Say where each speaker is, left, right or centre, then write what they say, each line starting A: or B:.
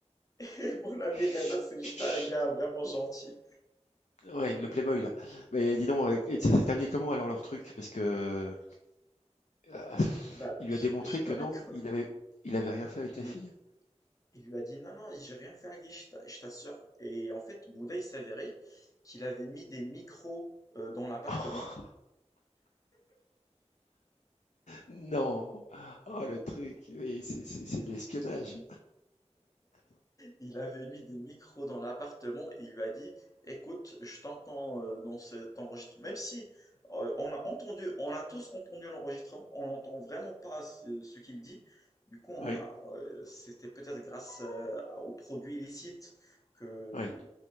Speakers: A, on the left; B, on the left.
A: <laughs> Mon ami
B: Chut.
A: Reda, c'est juste
B: chut.
A: un gars vraiment gentil.
B: Ouais, le Playboy, là. Mais dis donc, et et ça s'est terminé comment alors leur truc? Parce que, heu,
A: Bah,
B: il
A: je,
B: lui a démontré
A: je te
B: que
A: raconte.
B: non, il avait il avait rien fait avec la
A: Il,
B: fille?
A: il lui a dit non, non, j'ai rien fait à Guy, je t'a- je t'assure. Et en fait, Bouddha, il s'avérait qu'il avait mis des micros euh, dans l'appartement.
B: <laughs> Non! Oh le truc, oui, c'est c'est c'est de l'espionnage.
A: Il avait mis des micros dans l'appartement et il lui a dit, écoute, je t'entends euh, dans cet enregistrement. Même si euh, on a entendu, on a tous entendu l'enregistrement, on n'entend vraiment pas ce ce qu'il dit. Du coup, on
B: Oui,
A: a, euh, c'était peut-être grâce euh, aux produits illicites qu'il
B: oui.